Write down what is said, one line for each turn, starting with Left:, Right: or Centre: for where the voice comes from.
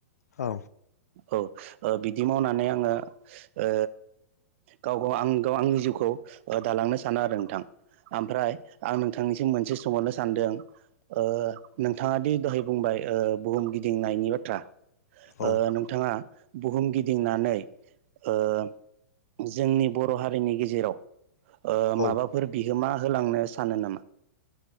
Left: औ
Right: औ ओ बिदि मावनानै आङो ओ गाव गाव आं गाव आंनि जिउखौ ओ दालांनो सानो आरो नोंथां ओमफ्राय आं नोंथांनिसिम मोनसे सोंहरनो सानदों ओ नोंथाङा दि दहाय बुंबाय ओ बुहुम गिदिंनायनि बाथ्रा
Left: औ
Right: ओ नोंथाङा बुहुम गिदिंनानै ओ जोंनि बर' हारिनि गेजेराव ओ
Left: औ
Right: माबाफोर बिहोमा होलांनो सानो नामा